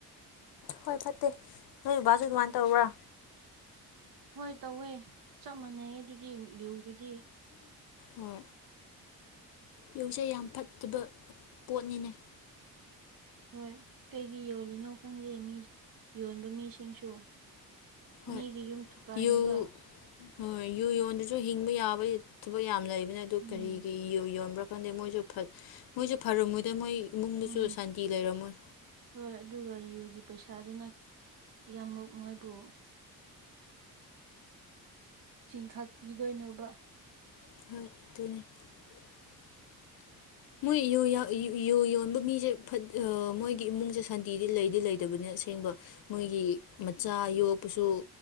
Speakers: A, on the left (about 75°); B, on the right (about 65°).
A: ꯍꯣꯏ ꯐꯠꯇꯦ ꯅꯣꯏ ꯕꯥꯁꯨ ꯑꯗꯨꯃꯥꯏꯅ ꯇꯧꯕ꯭ꯔꯥ
B: ꯍꯣꯏ ꯇꯧꯋꯦ ꯆꯞ ꯃꯥꯟꯅꯩꯌꯦ ꯑꯗꯨꯗꯤ ꯨꯗꯨꯗꯤ
A: ꯍ ꯌꯧꯁꯦ ꯌꯥꯝ ꯐꯠꯇꯕ ꯄꯣꯠꯅꯤꯅꯦ
B: ꯍꯣꯏ ꯀꯩꯒꯤ ꯌꯣꯜꯂꯤꯅꯣ ꯈꯪꯗꯦ ꯃꯤ ꯌꯣꯟꯕ ꯃꯤꯁꯤꯡꯁꯨ
A: ꯍꯣꯏ
B: ꯃꯤꯒꯤ ꯌꯨꯝ ꯊꯨꯒꯥꯏꯅꯕ
A: ꯌꯨ ꯍꯣꯏ ꯌꯨ ꯌꯣꯟꯗꯨꯁꯨ ꯍꯤꯡꯕ ꯌꯥꯕ ꯊꯕꯛ ꯌꯥꯝ ꯂꯩꯕꯅꯦ ꯑꯗꯨ
B: ꯎꯝ
A: ꯀꯔꯤꯒꯤ ꯌꯨ ꯌꯣꯟꯕ꯭ꯔꯥ ꯈꯣꯟꯗꯦ ꯃꯣꯏꯁꯨ ꯃꯣꯏꯁꯨ ꯐꯔꯝꯃꯣꯏꯗ ꯃꯣꯏ ꯏꯃꯨꯡꯗꯁꯨ
B: ꯎꯝ
A: ꯁꯥꯟꯇꯤ ꯂꯩꯔꯝꯃꯣꯏ
B: ꯍꯣꯏ ꯑꯗꯨꯒꯒ ꯌꯨꯒꯤ ꯄꯩꯁꯥꯗꯨꯅ ꯀꯌꯥꯃꯨꯛ ꯃꯣꯏꯕꯨ ꯆꯤꯡꯈꯠꯄꯤꯗꯣꯏꯅꯣꯕ
A: ꯍꯣꯏ ꯑꯗꯨ ꯑꯗꯨꯅꯦ ꯃꯣꯏ ꯌꯨ ꯌꯣꯟꯕ ꯃꯤꯁꯦ ꯃꯣꯏꯒꯤ ꯏꯃꯨꯡꯁꯦ ꯁꯥꯟꯇꯤꯗꯤ ꯂꯩꯗꯤ ꯂꯩꯇꯕꯅꯤ ꯑꯁꯦꯡꯕ ꯃꯣꯏꯒꯤ ꯃꯆꯥ ꯌꯣꯛꯄꯁꯨ